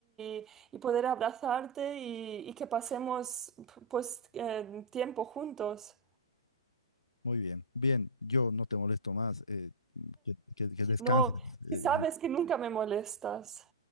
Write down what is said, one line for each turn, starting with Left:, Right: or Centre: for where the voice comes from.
Right: y, y poder abrazarte y, y que pasemos, p- pues, eh, tiempo juntos.
Left: Muy bien, bien, yo no te molesto más, eh, que, que- que descanses,
Right: No,
Left: eh,
Right: que sabes
Left: eh,
Right: que nunca me molestas.